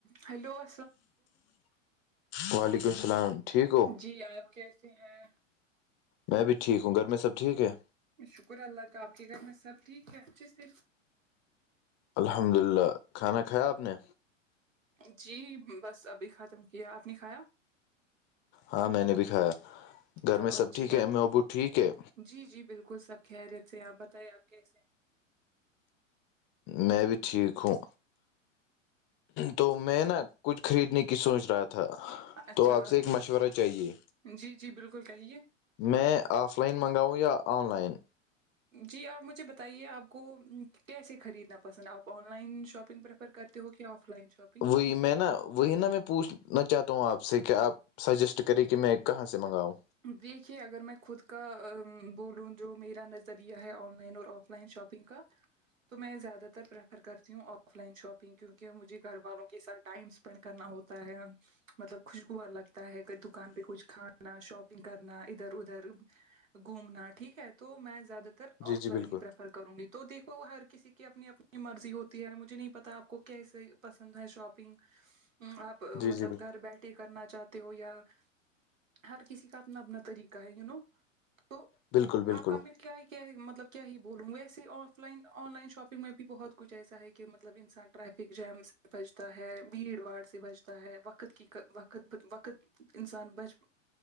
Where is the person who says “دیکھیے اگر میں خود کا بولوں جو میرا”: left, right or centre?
Right